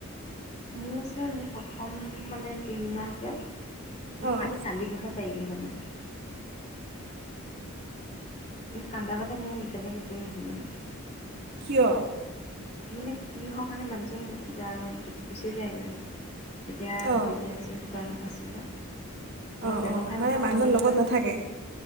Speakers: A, on the left; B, on the right.
A: মোৰ যে মোৰ প্ৰথম মানে তিনিমাহ যে মই
B: অঁ
A: খালি কান্দিবহে পাৰিলো মানে <inaudible> কান্দা কাতে মোৰ বেলেগ একো নহল মানে
B: কিয়?
A: মানে কি হ কাৰণে মানুহজন যা গুচি যায় গৈ। এতিয়া
B: অঁ
A: বিজনেছ দোকান আছিলে।
B: অঁ
A: ব্যৱসায়
B: অঁ মানে
A: মানুহক
B: মানুহজন
A: সময় দিব।
B: লগত নাথাকে